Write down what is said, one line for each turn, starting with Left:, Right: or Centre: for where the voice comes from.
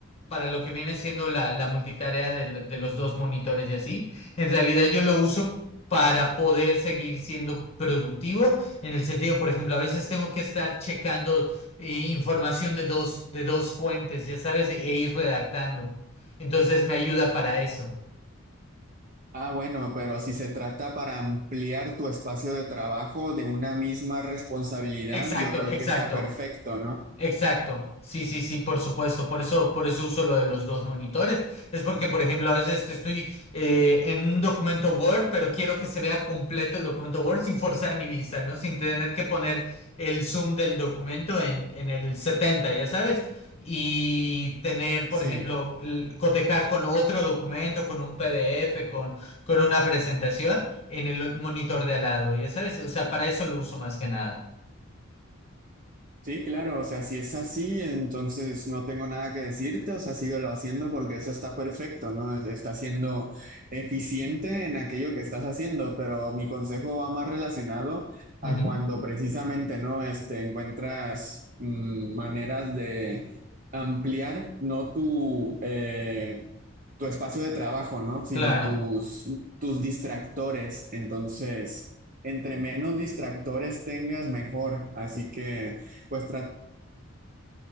Left: para lo que viene siendo la, la multitarea del- de, los dos monitores y así, en realidad yo lo uso para poder seguir siendo productivo, en el sentido, por ejemplo, a veces tengo que estar checando eh, información de dos, de dos fuentes, ya sabes, e ir redactando. Entonces me ayuda para eso.
Right: Ah, bueno, pero si se trata para ampliar tu espacio de trabajo de una misma responsabilidad,
Left: Exacto,
Right: yo creo
Left: exacto.
Right: que está perfecto, ¿no?
Left: Exacto, sí, sí, sí, por supuesto, por eso, por eso uso lo de los dos monitores, es porque, por ejemplo, a veces estoy eh, en un documento Word, pero quiero que se vea completo el documento Word sin forzar mi vista, ¿no? Sin tener que poner el zoom del documento en, en el 70, ya sabes, y tener, por
Right: Sí.
Left: ejemplo, l- cotejar con otro documento, con un PDF, con, con una presentación en el monitor de al lado, ya sabes, o sea, para eso lo uso más que nada.
Right: Sí, claro, o sea, si es así, entonces no tengo nada que decirte, o sea, síguelo haciendo porque eso está perfecto, ¿no? Está siendo eficiente en aquello que estás haciendo, pero mi consejo va más relacionado a
Left: Ujú,
Right: cuando precisamente, ¿no? Este, encuentras mm, maneras de ampliar, no tu, eh, tu espacio de trabajo, ¿no? Sino
Left: Claro,
Right: tus, tus distractores. Entonces, entre menos distractores tengas, mejor. Así que pues trata,